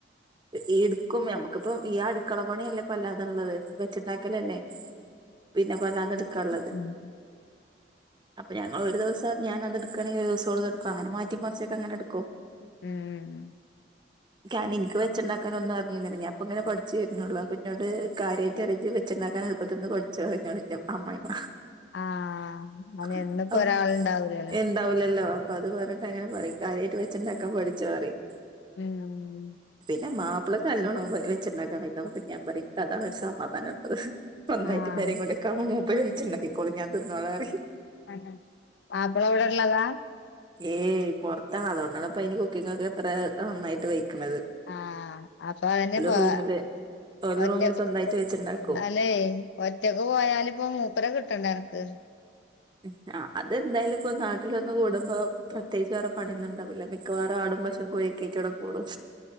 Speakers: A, on the right (about 25°); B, on the left (about 70°).
A: എ എടുക്കും നമുക്കിപ്പ ഈ അടുക്കള പണിഅല്ലേപ്പല്ലാതള്ളത് വെച്ചുണ്ടാക്കല അല്ലേ പിന്നെപ്പത്താണ് എട്ക്കഉള്ളത്
B: ഉം
A: അപ്പൊ ഞങ്ങള്ൾ ഒരു ദിവസം ഞാനത് എടുക്കണെങ്കി ഒരു ദിസം അവളത് എടുക്കും അങ്ങനെ മാറ്റി മറിച്ചൊക്കെ അങ്ങനെ എടുക്കു
B: ഉം
A: ഞൻ നിനാക്കായി വെച്ചുഉടക്കൻ ഒന്നു അറിയണ്ടതില്ല അപ്പ ഇങ്ങനെ പഠിച്ചുവെരുന്നുള്ളൂ അഹ് പിന്നോട് കാര്യയിട്ട്റിയിച്ച് വെച്ചു ഉണ്ടാക്കൻ എുപ്പത്തിന്ന് പഠി ചോയിക്ണിന്റെ അമ്മായിമ്മ
B: ആ അത്
A: <unintelligible>
B: എന്നിപ്പോ
A: ആം
B: ഒരാളുണ്ടാവൂലല്ലോ
A: എന്താവുലെല്ലോ അപ്പ അത് പറഞ്ഞിട്ട് അങ്ങനെ പറം കാര്യയിട്ട് വെച്ചിണ്ടക്ക പഠിച്ചോ പറയും
B: ഉം
A: എന്റെ മാപ്പളെക് നാല്ലോണം വെ വെച്ചിണ്ടക്കൻ കയ്യ്താവു അപ്പം ഞാൻ പറെം അതാണ് ഒരു സമാധാനം അത്രേം ഒന്നായിട്ട്
B: ആ
A: പരേ കൂടി ഒക്കാവൊ മൂപ്പര് വച്ചു ഉണ്ടാക്കിക്കോളഞ്ഞാ ഞാൻ തിനോളന് പറേം
B: അങ്ങനെ മാപ്പള എവിടെ ഉള്ളതാ
A: ഏയ് പുറത്താണ് അതുകൊണ്ടാണ് ഇപ്പ ഇന് കുക്കിംഗ ഒക്കെ എത്ര നന്നായിട്ട് വെക്കണുന്നത്
B: ആഹ് അപ്പൊ അതന് പോ
A: റൂമില്
B: <unintelligible> <inaudible>
A: ഓലെ
B: അതെ
A: റൂമിൽ സ്വന്തമായിട്ട് വെച്ചുണ്ടാക്കും
B: ഒറ്റക്ക് പോയാല ഇപ്പ മൂപ്പര കിട്ട <unintelligible>
A: ഉം ആഹ് അതെന്തായാലും ഇപ്പൊ നാട്ടിലൊന്നും കൂടുമ്പോ പ്രത്യേകിച്ചു വേറെ പണിയൊന്നും ഉണ്ടാവില്ല മിക്കവാറും ആ <unintelligible> കോയീകെറ്റടക്കൂടും